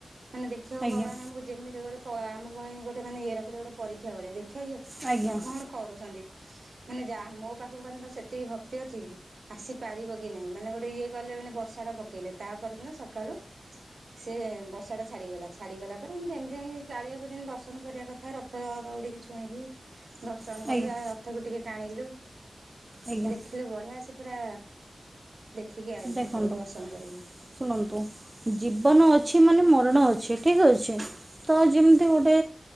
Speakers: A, on the right (about 75°); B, on the right (about 20°).
A: ମାନେ ଦେଖିବାକୁ
B: ଆଜ୍ଞା
A: ଭଗବାନ ଆମକୁ ଯେମିତି ହୋଉ ଗୋଟେ ଆମ ପାଇଁ ଗୋଟେ ମାନେ ଇଏ ରଖିଦେବେ ଗୋଟେ ପରୀକ୍ଷା ଭଳିଆ ଦେଖିବା ଇଏ
B: ଆଜ୍ଞା
A: କଣ କରୁଛନ୍ତି। ମାନେ ଯା ମୋ ପାଖକୁ ମାନେ ତ ସେତିକି ଭକ୍ତି ଅଛି କି। ଆସି ପାରିବ କି ନାହିଁ ମାନେ ଗୋଟେ ଇଏ କଲେ ମାନେ ବର୍ଷା ଟା ପକେଇଲେ ତାପରଦିନ ସକାଳୁ ସିଏ ବର୍ଷା ଟା ଛାଡିଗଲା, ଛାଡିଗଲା ପରେ ଆମେ ଯେମିତି ଯାଇକି କାଳିଆକୁ ଜେମି ଦର୍ଶନ କରିବା କଥା ରଥ ଥ ଦଉଡ଼ିକି ଛୁଇଁକି। ଦର୍ଶନ
B: ଆଜ୍ଞା
A: କଲୁ ଯା ରଥକୁ ଟିକେ ଟାଣିଲୁ
B: ଆଜ୍ଞା
A: ଦେଖିଲୁ ବଢିଆ ସେ। ପୁରା ଦେଖିକି ଆଇଲୁ
B: ଦେଖନ୍ତୁ
A: ଠାକୁରଙ୍କୁ ଦର୍ଶନ କରିକି।
B: ଶୁଣନ୍ତୁ ଜୀବନ ଅଛି ମାନେ ମରଣ ଅଛି ଠିକ୍ ଅଛି ତ ଯେମ ତି ଗୋଟେ।